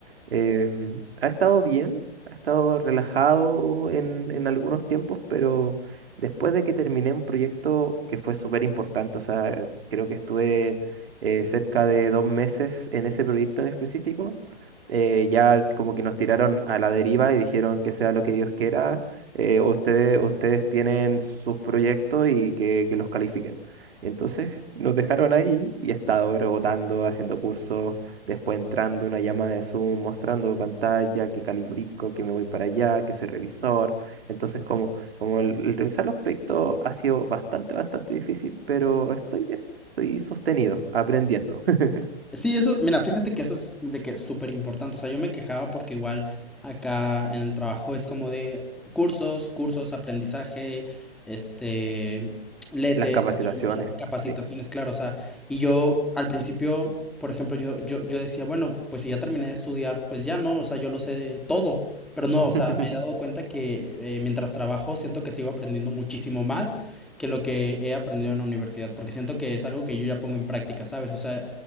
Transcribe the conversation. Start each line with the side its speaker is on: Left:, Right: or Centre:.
Right: em, ha estado bien, ha estado relajado en, en algunos tiempos, pero después de que terminé un proyecto que fue súper importante, o sea, creo que estuve eh, cerca de dos meses en ese proyecto en específico. eh, ya como que nos tiraron a la deriva y dijeron que sea lo que Dios quiera, eh, ustedes, ustedes tienen sus proyectos y que, que los califiquen. Entonces nos dejaron ahí y he estado rebotando, haciendo cursos, después entrando una llamada de Zoom, mostrando pantalla, que califico, que me voy para allá, que soy revisor. Entonces como, como el, el revisar los proyectos ha sido bastante, bastante difícil, pero estoy bien. Estoy sostenido, aprendiendo. <laughs>
Centre: Sí, eso, mira, fíjate que eso es de que es súper importante. O sea, yo me quejaba porque igual acá en el trabajo es como de cursos, cursos, aprendizaje, este, letes,
Right: Las capacitaciones,
Centre: eh, mira, capacitaciones,
Right: sí.
Centre: claro. O sea, y yo al principio, por ejemplo, yo, yo, yo decía, bueno, pues si ya terminé de estudiar, pues ya no, o sea, yo lo sé de todo. Pero no,
Right: <laughs>
Centre: o sea, me he dado cuenta que eh, mientras trabajo siento que sigo aprendiendo muchísimo más que lo que he aprendido en la universidad, porque siento que es algo que yo ya pongo en práctica, ¿sabes? O sea,